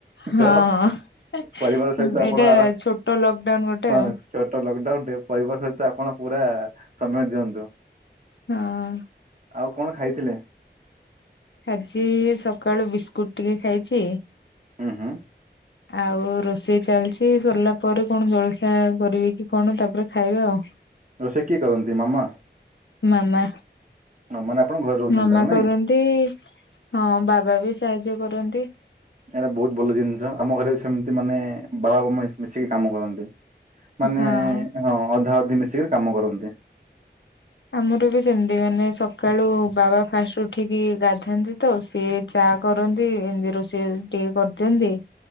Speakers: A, on the left (about 75°); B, on the right (about 45°).
A: ହଁ
B: ତ ପରିବାର ସହିତ ଆପଣ
A: ଏଇଟା
B: ଆର
A: ଛୋଟ ଲକଡାଉନ ଗୋଟେ
B: ହଁ
A: ଆଉ
B: ଛୋଟ ଲକଡାଉନ ଟେ ପରିବାର ସହିତ ଆପଣ ପୁରା ସମୟ ଦିଅନ୍ତୁ।
A: ହଁ
B: ଆଉ କଣ ଖାଇଥିଲେ?
A: ଆଜି ସକାଳୁ ବିସ୍କୁଟ ଟିକେ ଖାଇଛି।
B: ହଁ ହଁ
A: ଆଉ ରୋଷେଇ ଚାଲିଛି ସରିଲା ପରେ କଣ ଜଳଖିଆ କରିବି କି କଣ ତାପରେ ଖାଇବା ଆଉ
B: ରୋଷଇ କେ କରନ୍ତି ମାମା
A: ମାମ
B: ଅ, ମାନେ ଆପଣ ଘରେ ରହୁଛନ୍ତି
A: ମାମ
B: ତାହେଲେ
A: କର
B: ନାଇଁ?
A: ହଁ ବାବା ବି ସାହାଯ୍ୟ କରନ୍ତି।
B: ଏଇଟା ବହୁତ ଭଲ ଜିନିଷ ଆମ ଘରେ ସେମିତି ମାନେ ବା ବାପ ମିଶିକି କାମ କରନ୍ତି। ମାନେ
A: ହଁ।
B: ହଁ ଅଧା ଅଧି ମିଶିକିରି କାମ କରନ୍ତି।
A: ଆମର ବି ସେମତି ମାନେ ସକାଳୁ ବାବା ଫାଷ୍ଟ ଉଠିକି ଗାଧାନ୍ତି ତ। ସଏ ଚା କରନ୍ତି ଏମିତି ରୋଷେଇ ଟିକେ କରିଦିଅନ୍ତି।